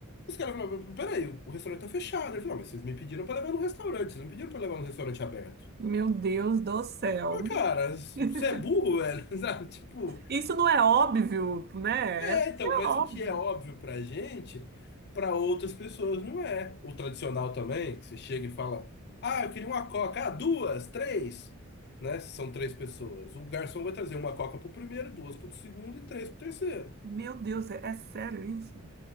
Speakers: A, on the left; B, on the right.
A: Os caras falaram, peraí, o restaurante tá fechado. Ele falou, não, mas vocês me pediram pra levar no restaurante, vocês não pediram pra levar no restaurante aberto.
B: Meu Deus do céu.
A: Mas, cara, você
B: <laughs>
A: é burro, velho, <laughs> sabe? Tipo,
B: Isso não é óbvio, né?
A: é,
B: Isso
A: então,
B: é
A: mas
B: óbvio.
A: o que é óbvio pra gente, pra outras pessoas não é. O tradicional também, que você chega e fala, ah, eu queria uma coca, ah, duas, três, né? São três pessoas. O garçom vai trazer uma coca pro primeiro, duas pro segundo e três pro terceiro.
B: Meu Deus, é, é sério isso?